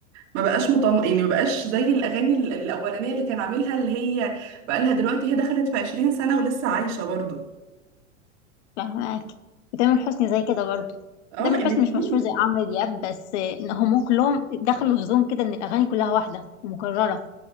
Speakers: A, on the right (about 65°); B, on the left (about 65°).
A: ما بقاش مطن يعني ما بقاش زي الاغاني ال- الاولانيه اللي كان عاملها اللي هي بقى لها دلوقتي هي دخلت في 20 سنه ولسه عايشه برضو
B: فاهمك وتامر حسني زي كده برضو
A: اه
B: تامر
A: الاتنين
B: حسني مش مشهور زي عمرو دياب بس ان هم كلهم دخلوا في زون كده ان الاغاني كلها واحده ومكرره